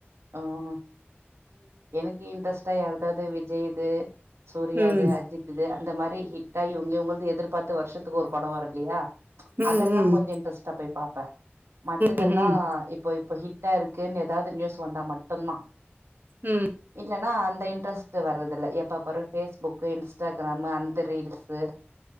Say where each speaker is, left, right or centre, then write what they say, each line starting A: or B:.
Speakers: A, on the right; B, on the right.
A: ஓஹ் எனக்கு இன்ட்ரஸ்ட்டா யார்தாது வி செய்து சூர்யா
B: ம் ம்
A: து அஜித் து அ இந்த மாரி ஹிட் ஆயி இவுங்க இவுங்கது எதிர்பாத்து வர்ஷத்துக் ஒரு படோ வருல்லியா
B: ம்
A: அதெல்லா கொஞ்சோ இன்ட்ரெஸ்ட்டா போய் பாப் ப்ப மத்ததெல்லா
B: ம் ம்
A: இப்போ இப்போ ஹிட் ட்டா இருக்குன்னு எதாது நியூஸ் வந்தா மட்டுதா
B: உம்
A: இல்லன்னா அந்த இன்ட்ரெஸ்ட் வர்றதில்ல எப்ப பாரு ஃபேஸ்புக்கு இன்ஸ்டாகிராமு அந்த ரீல்ஸு